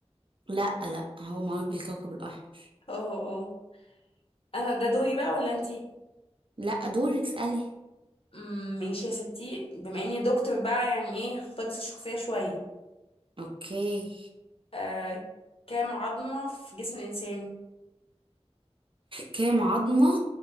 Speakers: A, on the right; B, on the left.
A: لا لا هو معروف بالكوكب الأحمر
B: اه اه اه. أنا ده دوري بقى ولا أنتي؟
A: لا دورك اسألي
B: مم، ماشي يا ستي بما إني دكتور بقى يعني إيه هختار بس الشخصية شوية
A: اوكي
B: آه كام عظمة في جسم الإنسان؟
A: كام عظمة